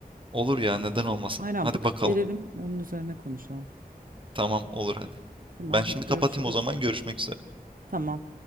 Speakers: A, on the right (about 35°); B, on the right (about 65°).
A: Olur ya neden olmasın?
B: Aynen
A: Hadi
B: bakıp
A: bakalım.
B: gelelim onun üzerine konuşalım.
A: Tamam olur hadi.
B: Tamam
A: Ben şimdi
B: hadi görüşürüz.
A: kapatayım o zaman görüşmek üzere.
B: Tamam.